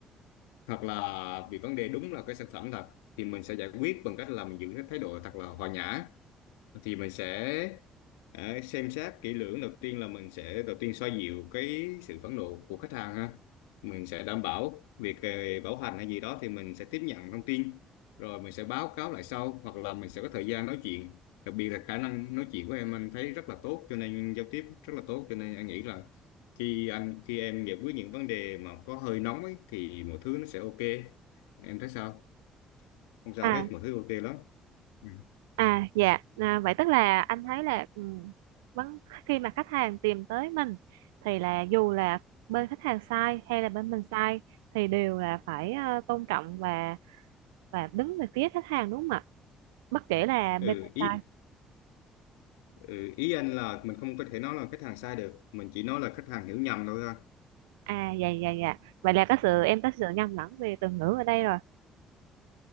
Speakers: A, on the left; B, on the right.
A: hoặc là bị vấn đề đúng là cái sản phẩm thật thì mình sẽ giải quyết bằng cách là mình giữ cái thái độ thật là hòa nhã thì mình sẽ ờ, xem xét kỹ lưỡng đầu tiên là mình sẽ đầu tiên xoa dịu cái sự phẫn nộ của khách hàng ha mình sẽ đảm bảo việc ờ, bảo hành hay gì đó thì mình sẽ tiếp nhận thông tin rồi mình sẽ báo cáo lại sau hoặc là mình sẽ có thời gian nói chuyện đặc biệt là khả năng nói chuyện của em anh thấy rất là tốt cho nên giao tiếp rất là tốt cho nên anh nghĩ là khi anh khi em giải quyết những vấn đề mà có hơi nóng ấy thì mọi thứ nó sẽ ok em thấy sao không sao
B: à
A: hết mọi thứ ok lắm ừ,
B: à dạ à, vậy tức là anh thấy là ừ, vấn khi mà khách hàng tìm tới mình thì là dù là bên khách hàng sai hay là bên mình sai thì đều là phải à, tôn trọng và và đứng về phía khách hàng đúng không ạ bất kể là bên
A: Ừ,
B: mình
A: ý
B: sai
A: Ừ, ý anh là mình không có thể nói là khách hàng sai được mình chỉ nói là khách hàng hiểu nhầm thôi ha
B: à dạ dạ dạ vậy là có sự em có sự nhầm lẫn về từ ngữ ở đây rồi